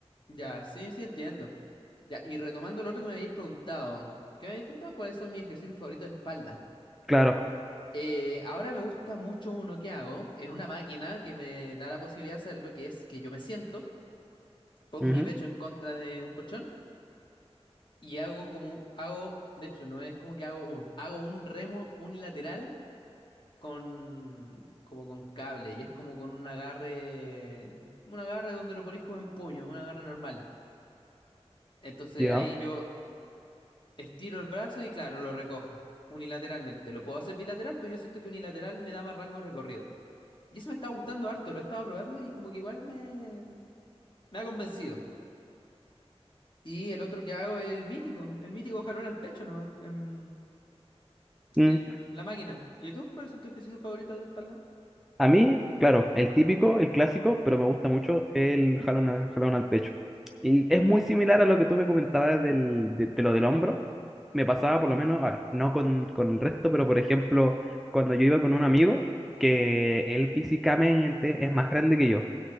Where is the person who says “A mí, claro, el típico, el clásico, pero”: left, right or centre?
Centre